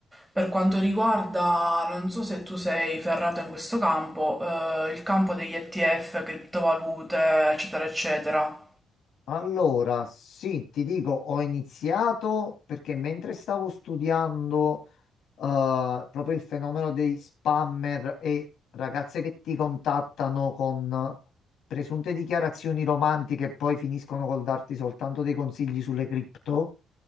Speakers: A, in the centre; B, on the left.
A: per quanto riguarda, non so se tu sei ferrato in questo campo, eh, il campo degli ETF, criptovalute, eccetera, eccetera.
B: Allora, sì, ti dico, ho iniziato perché mentre stavo studiando eh, proprio il fenomeno dei spammer e ragazze che ti contattano con presunte dichiarazioni romantiche e poi finiscono col darti soltanto dei consigli sulle cripto,